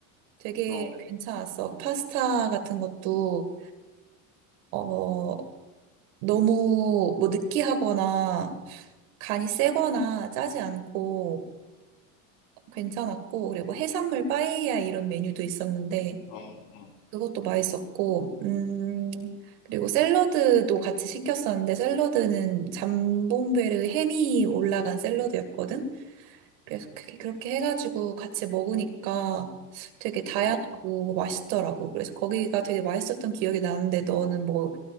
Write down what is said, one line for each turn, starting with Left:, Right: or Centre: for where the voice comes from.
Right: 되게
Left: 어,
Right: 괜찮았어. 파스타 같은 것도, 어, 너무 뭐 느끼하거나 간이 세거나 짜지 않고 괜찮았고, 그리고 뭐 해산물 빠에야 이런 메뉴도 있었는데
Left: 어, 어,
Right: 그것도 맛있었고, 음, 그리고 샐러드도 같이 시켰었는데, 샐러드는 잠봉베르 햄이 올라간 샐러드였거든? 그래서 그게 그렇게 해가지고 같이 먹으니까 되게 다양하고
Left: 어.
Right: 맛있더라고. 그래서 거기가 되게 맛있었던 기억이 나는데, 너는 뭐,